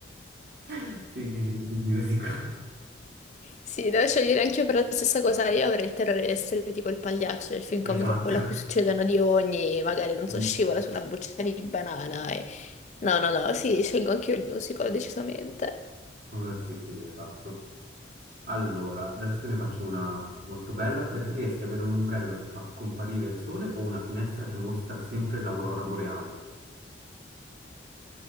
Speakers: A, on the right (about 55°); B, on the left (about 40°).
A: <laughs> Sì, ti direi musical. <laughs>
B: Sì, devo scegliere anch'io per la stessa cosa. Io avrei il terrore di essere tipo il pagliaccio del film comico,
A: Esatto.
B: quello a cui succedono di ogni, magari non
A: Mm.
B: so, scivola su una buccia di banana. e- No, no, no, sì, scelgo anch'io il musical, decisamente.
A: Oh, sì, sì, esatto. Allora, adesso te ne faccio una molto bella. Preferiresti avere un ombrello che fa comparire il sole o una finestra che mostra sempre l'aurora boreale?